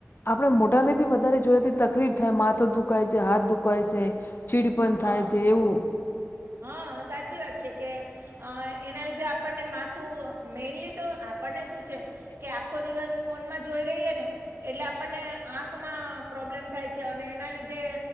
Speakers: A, on the left; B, on the right.
A: આપણે મોટાને બી વધારે જોઈએ તે તકલીફ થાય માથો દુખાય છે હાથ દુખાય છે ચીડ પન
B: હા
A: થાય છે એવું.
B: હા સાચી વાત છે કે અ એના લીધે આપણને માથું મેઈનલી તો આપણને શું છે કે આખો દિવસ ફોનમાં જોઈ રહીએ ને એટલે આપણને આંખમાં પ્રોબ્લેમ થાય છે અને એના લીધે